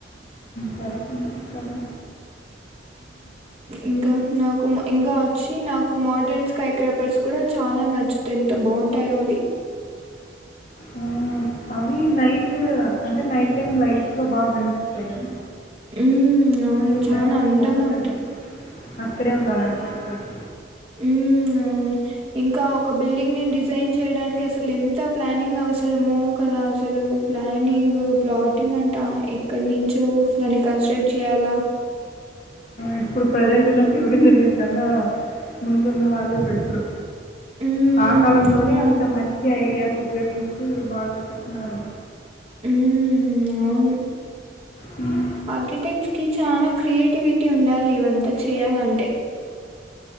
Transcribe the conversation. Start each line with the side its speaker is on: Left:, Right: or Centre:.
Left: సరే కనిపిస్తారు
Right: ఇంకా నాకు ఇంకా వచ్చి నాకు మోడ్రన్ స్కై క్రాపర్స్ కూడా చాలా నచ్చుతాయి ఎంత బాగుంటాయో అవి
Left: ఆ! అవి నైట్ అంటే నైట్ టైం లైట్స్ లో బాగా కనిపిస్తాయి కదా
Right: హ్మ్. అవును.
Left: చూడ్డానికి
Right: చానా అందంగా
Left: బాగుంటది
Right: ఉంటాయి.
Left: అక్కడే ఉండాలనిపిస్తుంది
Right: ఉ అవును ఇంకా ఒక బిల్డింగ్ ని డిజైన్ చేయడానికి అసలు ఎంత ప్లానింగ్ అవస్ అసలుము కదా అసలు ప్లానింగ్ ప్లాటింగ్ అంటే ఇక్కడ నుంచో దాన్ని కన్స్ట్రక్ట్ చేయాలా
Left: ఇప్పుడు ప్రజెంట్ ఉన్న ఫివలి ఇంజనీర్ కన్నా ముందున్న వాళ్ళే బెటరు
Right: హ్మ్.
Left: ఆ కాలంలోనే
Right: ఆ!
Left: అంత మంచి ఐడియాస్ ఉపయోగించ బాగా పెతున్నారు
Right: హు అవును
Left: ఉ
Right: ఆర్కిటెక్ట్ కి చాలా క్రియేటివిటీ ఉండాలి ఇవంతా చేయాలంటే